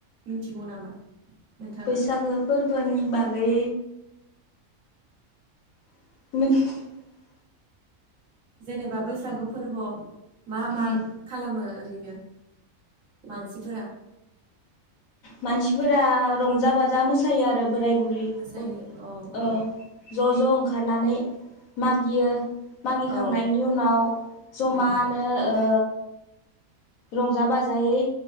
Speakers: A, on the right; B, on the left.
A: मिथिगौ नामा? नोंथाङा
B: बैसागो फोरबोनि बागै <unintelligible>
A: जेनेबा बैसागु फोरबोआव मा मा
B: उम
A: खालामो? ओरैनो मानसिफोरा।
B: मानसिफोरा रंजा बाजा मोसायो आरो। बोराय बुरि
A: मोसायो
B: ओ ज'
A: औ औ
B: ज' ओंखारनानै। मागियो मागिखांनायनि
A: औ
B: उनाव जमानो
A: उम
B: ओ। रंजा बाजायै